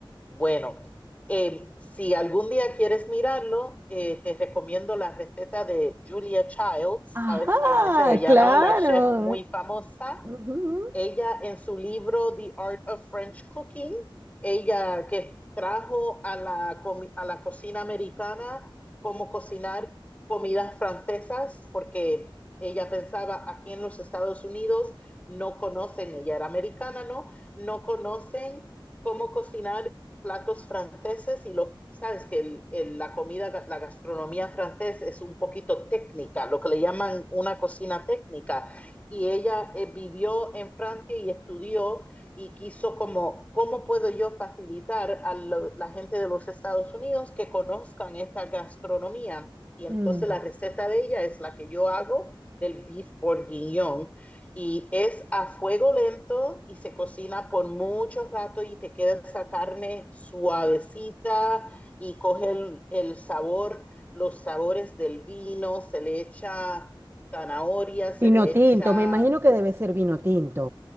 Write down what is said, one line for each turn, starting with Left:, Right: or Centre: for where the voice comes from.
Left: bueno, eh, si algún día quieres mirarlo, eh, te recomiendo la receta de Julia Childs,
Right: Ajá,
Left: ¿sabes quién es ella,
Right: claro.
Left: no? La chef muy famosa
Right: Ujú.
Left: Ella en su libro The Art of French Cooking, ella que trajo a la, a la cocina americana cómo cocinar comidas francesas, porque ella pensaba aquí en los Estados Unidos no conocen, ella era americana, ¿no? No conocen cómo cocinar platos franceses y los, sabes que el, el, la comida, la gastronomía francesa es un poquito técnica, lo que le llaman una cocina técnica y ella eh, vivió en Francia y estudió y quiso como, ¿cómo puedo yo facilitar a lo, la gente de los Estados Unidos que conozcan esta gastronomía? Y entonces
Right: Mm.
Left: la receta de ella es la que yo hago del beef bourguignon y es a fuego lento y se cocina por mucho rato y te queda esa carne suavecita y coge el, el sabor, los sabores del vino, se le echa zanahoria, se
Right: Vino
Left: le echa
Right: tinto, me imagino que debe ser vino tinto.